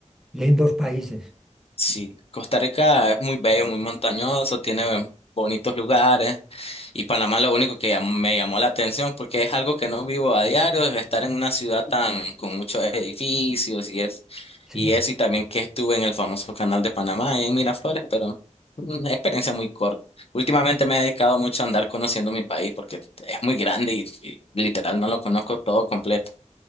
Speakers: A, in the centre; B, on the left.
A: Lindos países.
B: Sí, Costa Rica es muy bello, muy montañoso, tiene bonitos lugares y Panamá lo único que llam- me llamó la atención porque es algo que no vivo a diario, es estar en una ciudad tan con muchos edificios y es
A: Sí.
B: y eso y también que estuve en el famoso canal de Panamá allá en Miraflores, pero una experiencia muy corta. Últimamente me he dedicado mucho a andar conociendo mi país porque es muy grande y, y literal no lo conozco todo completo.